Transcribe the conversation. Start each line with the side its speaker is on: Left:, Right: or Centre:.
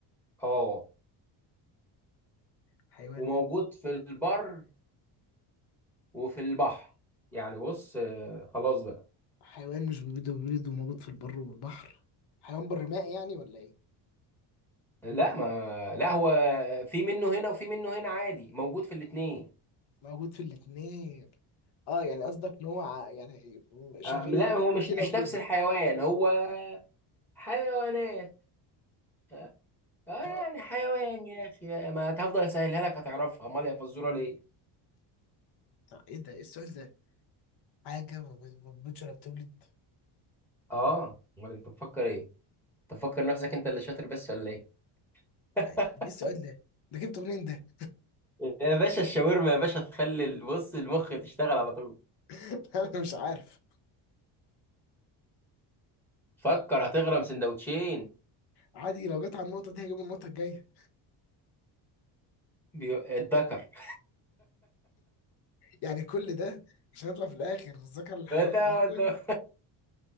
Centre: اه
Left: حيوان
Centre: وموجود في البر وفي البحر يعني بص آه خلاص بقى
Left: حيوان مش بيبيض ولا بيولد وموجود في البر والبحر حيوان برمائي يعني ولا ايه
Centre: لا ما لا هو في منه هنا وفي منه هنا عادي موجود في الاتنين
Left: موجود في الاتنين اه يعني قصدك ان هو ع- يعني شغال
Centre: آه لا هو
Left: فيه
Centre: مش
Left: كده
Centre: مش
Left: وكده
Centre: نفس الحيوان هو حيوانات اه آه،
Left: ف...
Centre: يعني حيوان يا اخي بقى. ما هتفضل اسهلها لك هتعرفها امال يا فزوره ليه
Left: طب ايه ده ايه السؤال ده حاجة ما ب- ما بتموتش ولا بتولد
Centre: اه امال انت بتفكر ايه تفكر نفسك انت اللي شاطر بس ولا ايه <laughs>
Left: يعني ايه السؤال ده ده جبته منين ده
Centre: يا باشا الشاورما يا باشا تخلي البص المخ تشتغل على طول
Left: <laughs> انا مش عارف
Centre: فكر هتغرم سندوتشين
Left: عادي لو جت على النقطة دي هجيب النقطة الجاية
Centre: بي... الدكر <laughs>
Left: يعني كل ده عشان اطلع في الاخر ذكر الحيوان
Centre: ده
Left: عموما
Centre: والد-